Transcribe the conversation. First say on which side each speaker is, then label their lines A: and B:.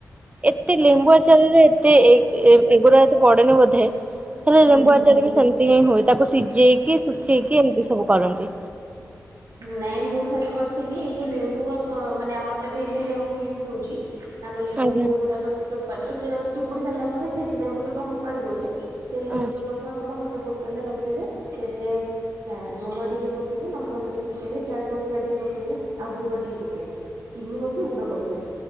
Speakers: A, on the right; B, on the right.
A: ଏତେ ଲେମ୍ବୁ ଆଚାରରେ ଏତେ ଏ-ଏ ଏଗୁଡ଼ା ଏତେ ପଡେନି ବୋଧେ
B: ହୁଁ
A: ହେଲେ ଲେମ୍ବୁ
B: ହୁଁ
A: ଆଚାର
B: ହୁଁ।
A: ବି ସେମିତି ହିଁ ହୁଏ ତାକୁ ସିଝେଇକି କିଏ ସୁଖେଇ କି ଏମିତି ସବୁ କରନ୍ତି।
B: ନାଇଁ ମୁଁ ଥରେ କରିଥିଲି ଏଇ ଯୋଉ ଲେମ୍ବୁ ମାନେ ଆମର ତ ଡେଲି ଲେମ୍ବୁ ୟୁଜ୍ ହଉଛି। ଆମ ଲେମ୍ବୁ
A: ଆଜ୍ଞା
B: ଗୁଡ଼ାକ ଚୋପା ଚିପୁଡ଼ି ସାରିଲା ପରେ ସେ ଲେମ୍ବୁ ଚୋପ ଫୋପାଡ଼ି ଦେଉଛେ। ସେ ଲେମ୍ବୁ
A: ଆଚ୍ଛା
B: ଚୋପା କୁ ଆପଣ ଗୋଟେ ଏ ବୋଟଲରେ ରଖିଦେବେ ସେଥିରେ ଲୁଣ ଟିକେ ପକେଇବେ ଲଙ୍କା ଗୁଣ୍ଡ ଟିକେ ପକେଇବେ ଚାଟ୍ ମସଲା ଟିକେ ପକେଇବେ ଆଉ ଗୁଡ଼ ଟିକେ ପକେଇବେ। ଚିନି ହଉ କିି ଗୁଡ଼ ପକେଇବେ